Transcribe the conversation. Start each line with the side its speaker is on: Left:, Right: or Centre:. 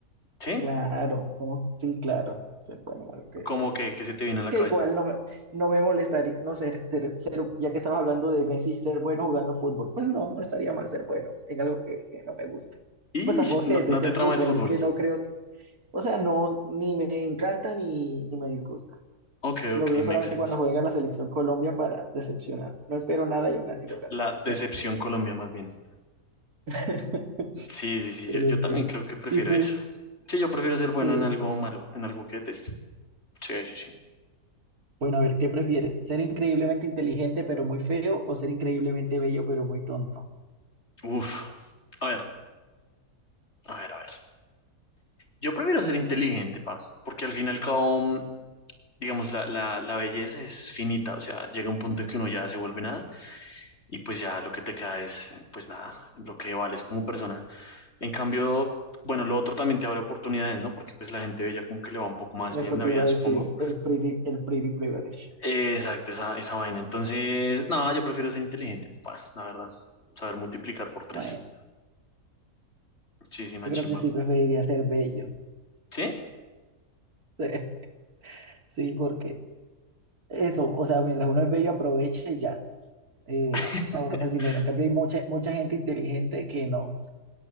Left: ¿Sí?
Right: Claro, como Sí, claro. Ser bueno en algo que detesto.
Left: ¿Cómo que, qué se te viene a la
Right: que
Left: cabeza?
Right: igual no me, no me molestaría, no ser, ser, ser- ya que estabas hablando de Messi, ser bueno jugando fútbol, pues no, no estaría mal ser bueno en algo que, que no me gusta.
Left: Y
Right: Pues tampoco es
Left: no,
Right: que deteste
Left: no te
Right: el
Left: trama
Right: fútbol,
Left: el fútbol.
Right: es que no creo, que- o sea, no, ni me encanta ni, ni me disgusta.
Left: Ok,
Right: Lo
Left: ok,
Right: veo
Left: makes
Right: solamente
Left: sense.
Right: cuando juega la selección Colombia para decepcionar. No espero nada y aún así logran
Left: La
Right: decepcionar.
Left: decepción Colombia, más bien.
Right: <laughs>
Left: Sí, sí, sí,
Right: Pero
Left: yo, yo
Right: sí.
Left: también creo que prefiero
Right: ¿Y tú?
Left: eso. Sí, yo prefiero ser bueno
Right: Eh,
Left: en algo malo, en algo que detesto. Sí, sí, sí.
Right: bueno, a ver, ¿qué prefieres? ¿Ser increíblemente inteligente pero muy feo o ser increíblemente bello pero muy tonto?
Left: Uf. A ver, a ver, a ver. Yo prefiero ser inteligente, pa, porque al fin y al cabo, mm, digamos, la, la, la belleza es finita, o sea, llega un punto en que uno ya se vuelve nada y pues ya lo que te queda es, pues nada, lo que vales como persona. En cambio, bueno, lo otro también te abre oportunidades, ¿no? Porque pues la gente bella como que le va un poco más
Right: Eso
Left: bien en la
Right: te
Left: vida,
Right: iba a decir,
Left: supongo.
Right: el pretty, el pretty privilege.
Left: Exacto, esa, esa vaina. Entonces, no, yo prefiero ser inteligente, pa, la verdad. Saber multiplicar por tres.
Right: Bueno,
Left: Sí, sí, machimba.
Right: yo creo que sí preferiría ser bello.
Left: ¿Sí?
Right: <laughs> Sí, porque eso, o sea, mientras uno es bello, aprovecha y ya, eh,
Left: <laughs>
Right: ahorras dinero. En cambio, hay mucha, mucha gente inteligente que no.